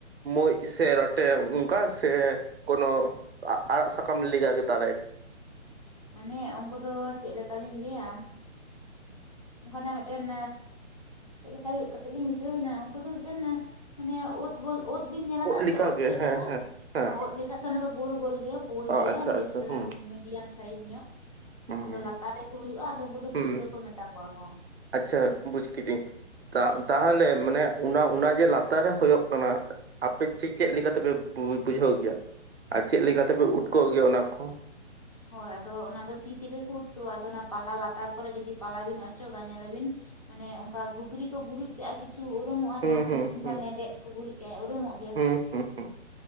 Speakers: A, on the right; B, on the left.
A: ᱢᱩᱡᱽ ᱥᱮ ᱨᱚᱴᱮ ᱚᱱᱠᱟ ᱥᱮ ᱠᱳᱱᱳ ᱟᱨᱟᱜ ᱥᱟᱠᱟᱢ ᱞᱮᱠᱟ ᱜᱮ ᱫᱟᱨᱮ
B: ᱢᱟᱱᱮ ᱩᱱᱠᱩ ᱫᱚ ᱪᱮᱫ ᱞᱮᱠᱟ ᱞᱤᱧ ᱞᱟᱹᱭᱟ ᱚᱱᱠᱟᱱᱟᱜ ᱢᱤᱫᱴᱮᱱ ᱮᱸ ᱪᱮᱫ ᱞᱮᱠᱟ ᱠᱟᱛᱮᱜ ᱞᱤᱧ ᱵᱩᱡᱷᱟᱹᱣ ᱵᱮᱱᱟ ᱩᱱᱠᱩ ᱫᱚ ᱢᱤᱫᱴᱮᱱ ᱢᱟᱱᱮ ᱩᱫ ᱩᱵᱩᱞ ᱩᱫ ᱵᱤᱱ ᱧᱮᱞ ᱟᱠᱟᱜ-ᱟ
A: ᱞᱮᱠᱟᱜᱮ
B: ᱥᱮ ᱳᱫ ᱪᱮᱫ
A: ᱦᱮᱸ
B: ᱞᱮᱠᱟ?
A: ᱦᱮᱸ ᱦᱮᱸ
B: ᱳᱫ ᱞᱮᱠᱟ ᱫᱚ ᱚᱱᱟ ᱫᱚ ᱜᱳᱞ ᱜᱳᱞ ᱜᱮᱭᱟ ᱯᱩᱲ
A: ᱚ
B: ᱜᱮᱭᱟ
A: ᱟᱪᱪᱷᱟ
B: ᱵᱮᱥ
A: ᱟᱪᱪᱷᱟ ᱦᱩᱸ
B: ᱢᱤᱰᱤᱭᱟᱱ ᱥᱟᱭᱤᱡ ᱧᱚᱜ
A: ᱦᱩᱸ
B: ᱟᱫᱚ ᱞᱟᱛᱟᱨ ᱨᱮᱠᱚ ᱦᱩᱭᱩᱜ-ᱟ ᱟᱫᱚ ᱩᱱᱠᱩ ᱫᱚ
A: ᱦᱩᱸ
B: ᱯᱩᱴᱠᱟᱹ ᱠᱚ ᱢᱮᱛᱟ ᱠᱚᱣᱟ ᱠᱚ
A: ᱟᱪᱪᱷᱟ ᱵᱩᱡᱽ ᱠᱤᱫᱤᱧ ᱛᱟᱜ ᱛᱟᱦᱚᱞᱮ ᱢᱟᱱᱮ ᱚᱱᱟ ᱚᱱᱟ ᱡᱮ ᱞᱟᱛᱟᱨ ᱨᱮ ᱦᱳᱭᱳᱜ ᱠᱟᱱᱟ ᱟᱯᱮ ᱪᱮᱫ ᱪᱮᱫ ᱞᱮᱠᱟ ᱛᱮᱯᱮ ᱵᱩᱵᱩᱡᱷᱟᱹᱣ ᱜᱮᱭᱟ ᱟᱨ ᱪᱮᱫ ᱞᱮᱠᱟ ᱛᱮᱯᱮ ᱩᱴᱠᱟᱹᱣ ᱜᱮᱭᱟ ᱚᱱᱟ ᱠᱚ
B: ᱦᱚᱭ ᱟᱫᱚ ᱚᱱᱟ ᱫᱚ ᱛᱤ ᱛᱮᱜᱮ ᱠᱚ ᱩᱴᱠᱟᱹᱣᱟ ᱟᱫᱚ ᱚᱱᱟ ᱯᱟᱞᱟ ᱞᱟᱛᱟᱨ ᱠᱚᱨᱮ ᱡᱩᱫᱤ ᱯᱟᱞᱟ ᱵᱤᱱ ᱚᱪᱚᱜᱟ ᱧᱮᱞᱞᱟ ᱵᱤᱱ ᱢᱟᱱᱮ ᱚᱱᱠᱟ ᱜᱷᱩᱜᱽᱨᱤ ᱠᱚ ᱜᱩᱨᱩᱡ ᱠᱟᱜ-ᱟ ᱠᱤᱛ... ᱠᱤᱪᱷᱩ ᱩᱨᱩᱢᱚᱜ-ᱟ
A: ᱦᱩᱸ
B: ᱡᱟᱦᱟᱱ
A: ᱦᱩᱸ
B: ᱠᱤᱱᱵᱟ
A: ᱦᱩᱸ
B: ᱞᱮᱸᱰᱮᱫ ᱠᱚ ᱜᱩᱨᱤᱡ ᱠᱟᱜ-ᱟ ᱩᱨᱩᱢᱚᱜ ᱜᱮᱭᱟ
A: ᱦᱩᱸ
B: ᱥᱮ
A: ᱦᱩᱸ ᱦᱩᱸ